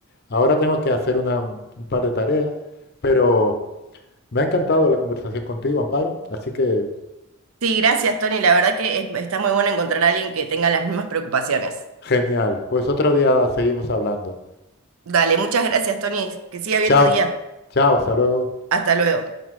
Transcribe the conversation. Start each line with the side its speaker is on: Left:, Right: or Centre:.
Left: Ahora tengo que hacer una- un un par de tareas, pero me ha encantado la conversación contigo, Amparo. Así que
Right: Sí, gracias, Tony. La verdad que es- está muy bueno encontrar a alguien que tenga las mismas preocupaciones.
Left: genial. Pues otro día seguimos hablando.
Right: Dale, muchas gracias, Tony. Que siga bien
Left: Chao,
Right: tu día.
Left: chao, hasta luego.
Right: Hasta luego.